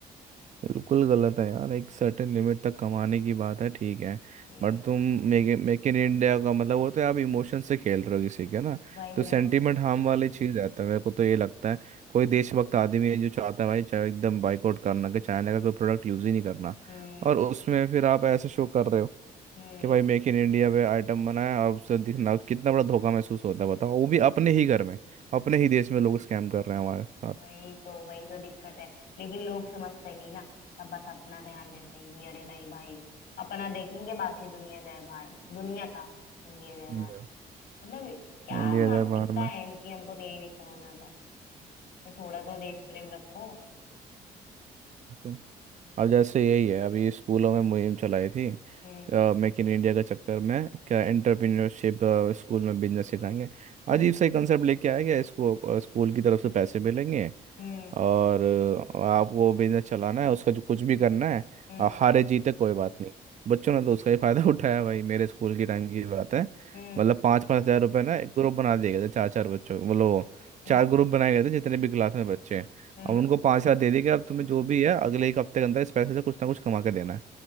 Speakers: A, on the right; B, on the left.
A: बिल्कुल गलत है यार एक सर्टेन लिमिट तक कमाने की बात है ठीक है
B: हम्म,
A: बट तुम मेक मेक इन इंडिया का मतलब वो तो आप इमोशन से खेल रहे हो किसी के ना
B: वही
A: तो
B: ना
A: सेंटीमेंट हार्म वाली चीज़ रहता है मेरे को तो ये लगता है कोई देशभक्त आदमी है जो चाहता है भाई चाहे एकदम बाइकआउट करना कि चाइना का कोई प्रोडक्ट यूज़ ही नहीं करना
B: हम्म
A: और उसमें फिर आप ऐसे शो कर रहे हो
B: हम्म
A: कि भाई मेक इन इंडिया पे आइटम बनाया और उससे दिखना कितना बड़ा धोखा महसूस होता है बताओ वो भी अपने ही घर में अपने ही देश में लोग स्कैम कर रहे हैं हमारे साथ
B: वही तो वही तो दिक्कत है लेकिन लोग समझते नहीं ना सब बस अपना ध्यान देते हैं कि अरे नहीं भाई अपना देखेंगे बाकी दुनिया जाए बाहर दुनिया का इंडिया जाए
A: हम्म।
B: बाहर मतलब क्या
A: इंडिया
B: मानसिकता
A: जाए बाहर में
B: है इनकी हमको तो यही नहीं समझ में आता भाई थोड़ा तो देश प्रेम रखो
A: तो अब जैसे यही है अभी स्कूलों में मुहिम चलाई थी
B: हम्म
A: मेक इन इंडिया के चक्कर में क्या एंटरप्रेन्योरशिप स्कूल में बिजनेस सिखाएंगे
B: हम्म
A: अजीब सा कंसेप्ट लेके आया गया इसको अ, स्कूल की तरफ से पैसे मिलेंगे
B: हम्म
A: और आपको बिजनेस चलाना है उसका जो कुछ भी करना है
B: हम्म
A: आप हारे जीते कोई बात नहीं बच्चों ने तो उसका ही फायदा <laughs> उठाया भाई मेरे स्कूल की टाइम की बात है
B: हम्म
A: मतलब पाँच पाँच हजार रुपए ना एक ग्रुप बना दिए गए थे चार चार बच्चों के बोलो
B: हम्म
A: चार ग्रुप बनाए गए थे जितने भी क्लास में बच्चे हैं
B: हम्म,
A: अब उनको पाँच हजार दे दिए कि अब तुम्हें जो भी है अगले एक हफ्ते के अंदर इस पैसे से कुछ ना कुछ कमा के देना है